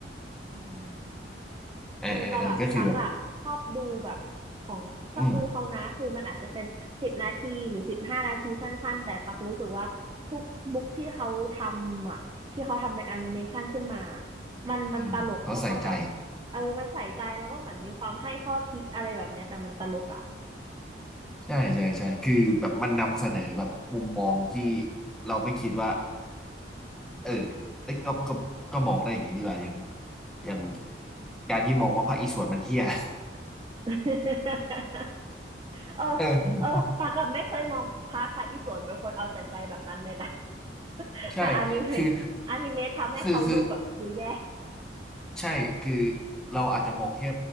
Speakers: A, on the right; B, in the centre.
A: อืม
B: เออเออเออก็คือแบบ
A: เออแต่แบบตักอะชอบดูแบบของชอบดูเขานะคือมันอาจจะเป็นสิบนาทีหรือสิบห้านาทีสั้นๆแต่ตักรู้สึกว่าทุกบุ๊กที่เขาทำอะที่เขาทำเป็นแอนิเมชันขึ้นมา
B: อืม
A: มันมันตลกแล้วก็แบบ
B: อืมเขาใส่ใจ
A: เออมันใส่ใจแล้วก็เหมือนมีความให้ข้อคิดอะไรแบบเนี้ยแต่มันตลกอะ
B: ใช่ใช่ใช่คือแบบมันนำเสนอแบบมุมมองที่เราไม่คิดว่า เออเอ้ยก็ก็ก็มองได้อย่างนี้ดีกว่าอย่างอย่างการที่มองว่าภาคอีสวนมันเฮี้ย <laughs>
A: <laughs> เออ
B: เอ
A: เออตักอะไม่เคยมองพระพระอิศวรเป็นคนเอาแต่ใจแบบนั้นเลยนะ
B: อใช่
A: แต่อนิเมะ
B: คือ
A: <laughs> อนิเมะทำให้เขาดูแบบดูแย่
B: คือคือใช่คือเราอาจจะมองแค่